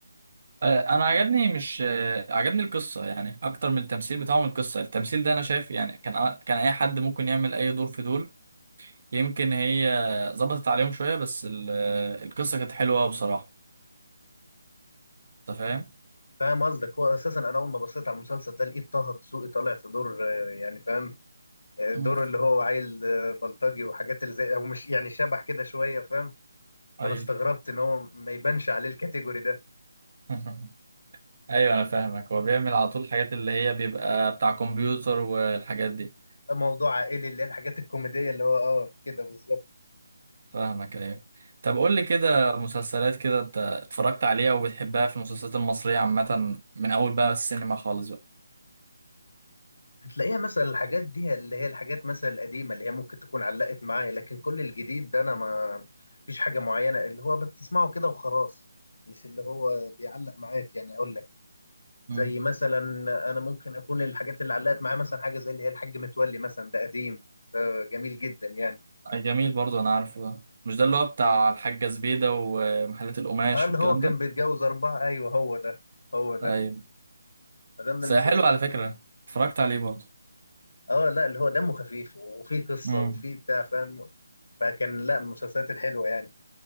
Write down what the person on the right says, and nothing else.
أه... انا عجبني مش أه... عجبني القصه يعني اكتر من التمثيل بتاعهم القصه التمثيل ده انا شايف يعني كان كان اي حد ممكن يعمل اي دور في دول يمكن هي ظبطت عليهم شويه بس ال- القصه كانت حلوه بصراحه انت فاهم
مم.
ايوه
<laughs> ايوه انا فاهمك هو بيعمل على طول الحاجات اللي هي بيبقى بتاع كمبيوتر والحاجات دي
فاهمك ايوه طب قول
لي كده مسلسلات كده انت اتفرجت عليها وبتحبها في المسلسلات المصرية عامة من اول بقى السينما خالص بقى
مم.
أي جميل برضو انا عارفه ده مش ده اللي هو بتاع الحاجة زبيدة ومحلات القماش
والكلام
ده
ايوه
بس
هي حلو على فكرة اتفرجت عليه برضو
مم.